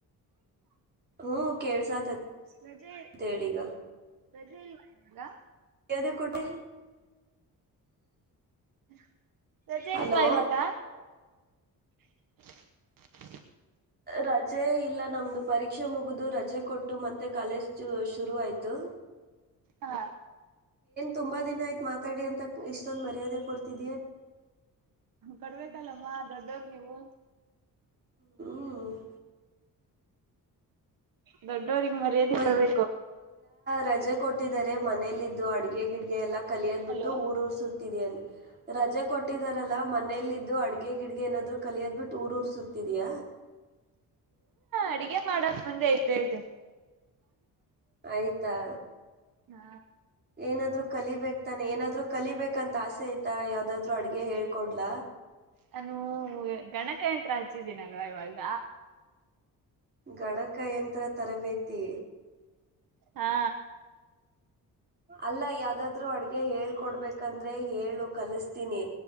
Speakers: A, on the right; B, on the right.
A: ಹ್ಮ ಕೇಳ್ಸಾತತಿ
B: ರಜೆ
A: ತೇಳಿಗ.
B: ರಜೆ ಇಲ್ವಾ ಇವಾಗ.
A: <unintelligible>
B: <inaudible> ರಜೆ
A: ಹಲೋ
B: ಇಲ್ವಾ ಇವಾಗ. <inaudible>
A: ರಜೆ ಇಲ್ಲ ನಮ್ದು ಪರೀಕ್ಷೆ ಮುಗಿದ, ರಜೆ ಕೊಟ್ಟು ಮತ್ತೆ ಕಾಲೇಜ್ ಶುರು ಆ ತು
B: ಹಾ
A: ತುಂಬಾ ದಿನ ಆಯ್ತ ಮಾತಾಡಿ ಅಂತ ಇಷ್ಟೊಂದ ಮರ್ಯಾದೆ ಕೊಡ್ತಿದಿದ್ದ.
B: ಕಡ್ಬೇಕಲ್ಲಮ್ಮ ದೊಡ್ಡ ನೀವು
A: ಹ್ಮ ಹ್ಮ್
B: ಬರ್ ಬಡವರಿಗೆ ಮರ್ಯಾದೆ
A: ಮ
B: ಕೊಡ್ಬೇಕು.
A: ರಜೆ ಕೊಟ್ಟಿದರೆ. ಮನೇಲ್ಲಿದ್ದು ಅಡ್ಗೆ ಗಿಡ್ಗೆ ಎಲ್ಲಾ ಕಲಿಯೋದ್ ಬಿಟ್ಟು
B: ಹಲೋ
A: ಊರ್ ಉರ್ಸುತ್ತಿದ್ಯನ್ ರಜೆ ಕೊಟ್ಟಿದಾರಲ್ಲಾ ಮನೇಲ್ಲಿದ್ದು ಅಡ್ಗೆ ಗಿಡ್ಗೆ ಏನಾದ್ರು ಕಲಿಯೋದ್ ಬಿಟ್ಟು ಊರ್ ಉರ್ಸುತ್ತಿದಯ
B: ಅಡಿಗೆ ಮಾಡಕ್ ಮುಂದೆ ಐತೆ ಐತೆ
A: ಆಯ್ತಾ
B: ಹಾ
A: ಏನಾದ್ರು ಕಲಿಬೇಕ್ ತಾನೆ ಏನಾದ್ರು ಕಲಿಬೇಕಂತ ತಾಸೆ ಆಯ್ತಾ ಯಾವ್ದಾದ್ರು ಅಡ್ಗೆ ಹೇಳ್ಕೊಡ್ಲ
B: ನಾನೂ ಗಣಕಯಂತ್ರ ಹಚ್ಚಿದ್ದೀನಲ್ವಾ ಇವಾಗ
A: ಗಣಕ ಯಂತ್ರ ತರಬೇತಿ
B: ಹಾ
A: ಅಲ್ಲ ಯಾವ್ದಾದ್ರು ಅಡ್ಗೆ ಹೇಳ್ಕೊಡ್ಬೇಕ ಯಾಕಂದ್ರೆ ಹೇಳು ಕಲಿಸ್ತೀನಿ